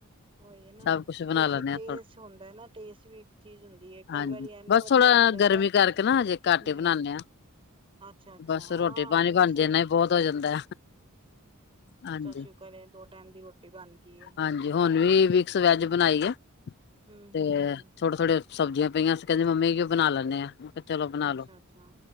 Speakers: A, on the right; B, on the left.
A: ਉਹੀ ਹੈ ਨਾ
B: ਸਭ ਕੁਛ ਬਣਾ
A: ਤੇ
B: ਲੈਂਦੇ
A: ਪਰ ਟੈਸਟ
B: ਆ ਥੋੜਾ
A: ਹੁੰਦਾ ਨਾ ਟੇਸਟ ਵੀ ਇੱਕ ਚੀਜ਼ ਹੁੰਦੀ ਹੈ, ਕਈ
B: ਹਾਂਜੀ
A: ਵਾਰੀ ਇਨਾ
B: ਬਸ
A: ਵਧੀਆ
B: ਥੋੜਾ
A: ਬਣ ਜਾਂਦਾ
B: ਗਰਮੀ ਕਰਕੇ ਨਾ ਹਜੇ ਘੱਟ
A: ਹਮ
B: ਹੀ ਬਣਾਉਦੇ ਆ
A: ਅੱਛਾ, ਅੱਛਾ
B: ਬਸ
A: ਹਾਂ
B: ਰੋਟੀ ਪਾਣੀ ਬਣ
A: ਇਹਾ ਸਹੀ
B: ਜੇ ਇਨਾ ਹੀ ਬਹੁਤ ਹੋ ਜਾਂਦਾ ਹਾਂਜੀ,
A: ਸ਼ੁਕਰ ਏ ਦੋ ਟਾਈਮ ਦੀ ਰੋਟੀ ਬਣ ਗਈ ਏ।
B: ਹਾਂਜੀ ਹੁਣ ਵੀ ਮਿਕਸ ਵੈਜ ਬਣਾਈ ਆ
A: ਹੂੰ-ਹੂੰ
B: ਤੇ ਥੋੜੇ, ਥੋੜੇ ਸਬਜ਼ੀਆਂ ਪਈਆਂ ਅਸੀਂ ਕਹਿੰਦੇ ਮੰਮੀ ਉਹ ਬਣਾ ਲੈਂਦੇ ਆ ਚਲੋ ਬਣਾ
A: ਅੱਛਾ,
B: ਲੋ
A: ਅੱਛਾ